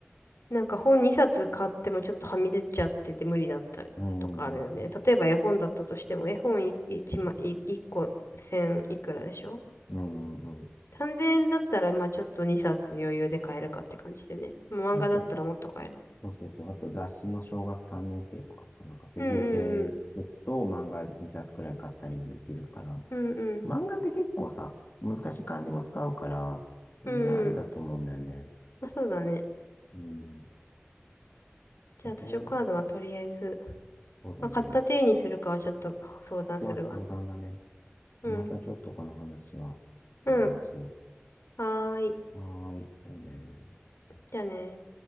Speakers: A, on the left; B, on the left.
A: なんか本2冊買ってもちょっとはみ出ちゃってて無理だったとかあるよね。
B: ん、
A: 例えば絵本だったとしても、絵本い1枚、い1個1000いくらでしょ
B: うん、うん。
A: ?3000 円だったら、まあちょっと2冊余裕で買えるかって感じでね。もう漫画だったらもっと買える。
B: なんか、そうそうそう。あと雑誌の小学3年生とかさ、なんかそういう系一つと漫画2冊くらい買ったりもできるから、
A: うんうんうん。うんうん。
B: 漫画って結構さ、難しい漢字も使うから、全然ありだと思うんだよね。
A: うんうん。まあ、そうだね。
B: うん。
A: じゃあ図書カードはとりあえず、
B: これ、そうだね。
A: まあ買った手にするかはちょっと相談するわ。
B: そこは相談だね。
A: うん。
B: またちょっとこの話は
A: うん。
B: 相談しよ
A: はーい。
B: う。はーい。じゃあね
A: じゃあね。